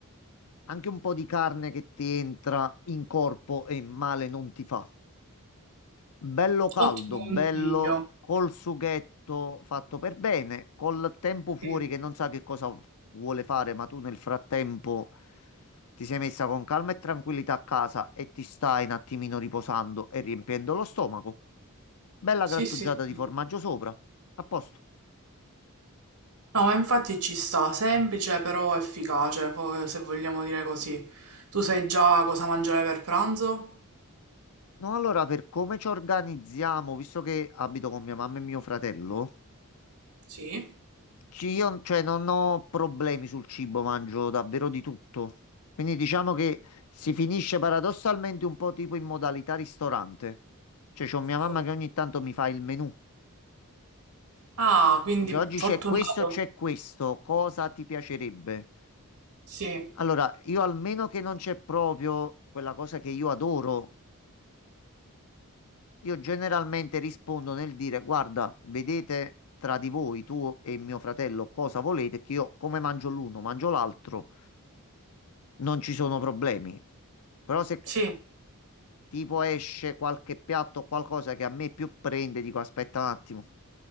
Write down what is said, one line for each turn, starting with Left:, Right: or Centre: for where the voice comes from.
Left: anche un po' di carne che ti entra in corpo e male non ti fa. Bello caldo,
Right: ottimo
Left: bello
Right: consiglio.
Left: col sughetto fatto per bene, col tempo fuori
Right: Sì,
Left: che non sa che cosa vuole fare, ma tu nel frattempo ti sei messa con calma e tranquillità a casa e ti stai un attimino riposando e riempiendo lo stomaco. Bella
Right: sì,
Left: grattugiata
Right: sì. sì.
Left: di formaggio sopra. A posto.
Right: No, ma infatti ci sta, semplice però efficace, fo- se vogliamo dire così. Tu sai già cosa mangiare per pranzo?
Left: No, allora per come ci organizziamo, visto che abito con mia mamma e mio fratello.
Right: Sì.
Left: Ci- Io, cioè, non ho problemi sul cibo, mangio davvero di tutto. Quindi diciamo che si finisce paradossalmente un po' tipo in modalità ristorante. Cioè, c'ho mia mamma
Right: Oh.
Left: che ogni tanto mi fa il menù.
Right: Ah, quindi
Left: Dice, oggi
Right: fortunato.
Left: c'è questo, c'è questo, cosa ti piacerebbe?
Right: Sì,
Left: Allora, io almeno che non c'è proprio quella cosa che io adoro, Io generalmente rispondo nel dire: Guarda, vedete tra di voi, tu e mio fratello, cosa volete, che io come mangio l'uno, mangio l'altro, non ci sono problemi. Però se
Right: sì.
Left: tipo esce qualche piatto o qualcosa che a me più prende, dico: Aspetta un attimo,